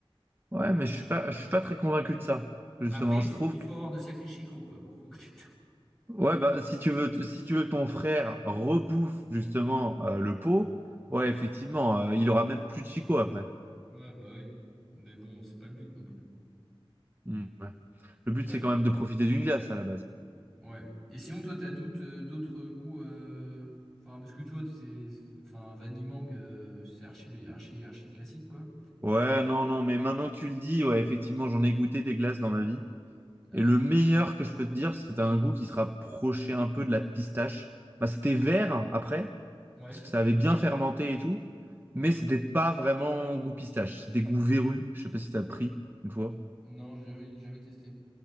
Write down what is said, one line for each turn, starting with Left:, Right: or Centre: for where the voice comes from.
Right: Ouais, mais je suis pas, je suis pas très convaincu de ça, justement.
Centre: Après, il
Right: Je
Centre: faut,
Right: trouve
Centre: il faut avoir de sacrés chicots, quoi, pour couper. <laughs>
Right: Ouais, bah, si tu veux, si tu veux que ton frère rebouffe justement euh, le pot, ouais, effectivement, euh, il aura même plus de Chico après.
Centre: Ouais, bah oui. Mais bon, c'est pas le but non plus.
Right: Hmm, ouais. Le but,
Centre: Ouais,
Right: c'est quand même de profiter d'une glace à la base.
Centre: ouais. Et sinon, toi, t'as doute, euh, d'autres goûts. euh, Enfin, parce que toi, c'est. c'est- Enfin, Vanille Mangue, euh, c'est archi, archi, archi classique, quoi.
Right: Ouais, non, non, mais maintenant que tu le dis, ouais, effectivement, j'en ai goûté des glaces dans ma vie.
Centre: Ah
Right: Et
Centre: ouais.
Right: le meilleur que je peux te dire, c'était un goût qui se rapprochait un peu de la pistache. Bah, c'était vert hein, après,
Centre: Ouais.
Right: parce que ça avait bien fermenté et tout, mais c'était pas vraiment goût pistache. C'était goût verru. Je sais pas si t'as pris une fois.
Centre: Non, j'ai jamais, jamais testé.